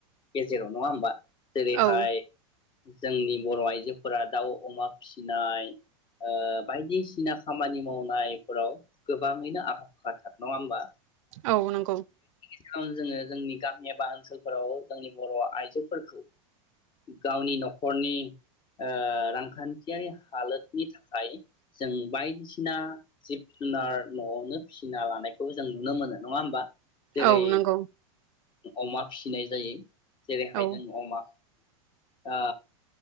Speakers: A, on the left; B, on the right.
A: गेजेराव नङाहोमबा जेरै
B: औ
A: हाय जोंनि बर आइजोफ फोरा दाउ अमा फिसिनाय ओ बायदिसिना खामानि मावनायफोराव गोबाङैनो आखा फाखाथार नङा होमबा
B: औ नंगौ
A: सिगां जोङो जोंनि गामि एबा ओनसोलफोराव जोंनि बर आइजोफोरखौ गावनि नखरनि ओ रांखान्थियारि हालोदनि थाखाय जों बायदिसिना जिब जुनार न'आवनो फिसिना लानायखौ जों नुनो मोनो नङा होमबा जेरै
B: औ नोंगौ
A: अमा फिनाय जायो जेरैहाय
B: औ
A: जों अमा आ